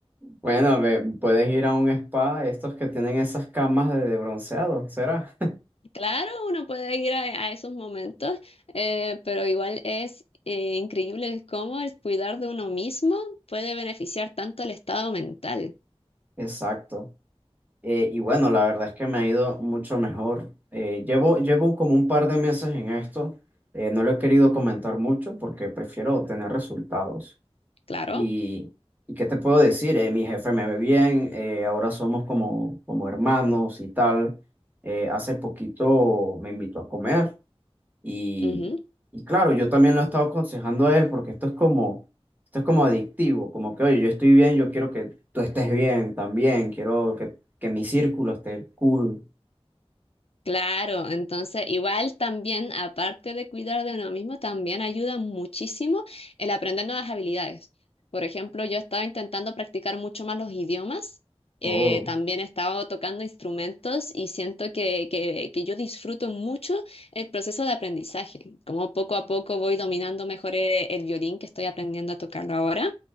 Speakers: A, on the right; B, on the left.
A: Bueno, ve, puedes ir a un spa, estos que tienen esas camas de de bronceado, ¿será?
B: Claro, uno puede ir a, a esos momentos, eh, pero igual es eh, increíble el cómo el cuidar de uno mismo puede beneficiar tanto al estado mental.
A: <laughs> Exacto. Eh, y bueno, la verdad es que me ha ido mucho mejor. Eh, llevo, llevo como un par de meses en esto. Eh, no lo he querido comentar mucho porque prefiero tener resultados.
B: Claro,
A: Y, y ¿qué te puedo decir? Eh, mi jefe me ve bien, eh, ahora somos como, como hermanos y tal. Eh, hace poquito me invitó a comer. Y,
B: ujú,
A: y claro, yo también lo he estado aconsejando a él porque esto es como, esto es como adictivo, como que, oye, yo estoy bien, yo quiero que tú estés bien también, quiero que, que mi círculo esté cool.
B: Claro, entonces igual también, aparte de cuidar de uno mismo, también ayuda muchísimo el aprender nuevas habilidades. Por ejemplo, yo estaba intentando practicar mucho más los idiomas, eh,
A: Oh,
B: también he estado tocando instrumentos y siento que, que, que yo disfruto mucho el proceso de aprendizaje, como poco a poco voy dominando mejor eh, el violín que estoy aprendiendo a tocarlo ahora.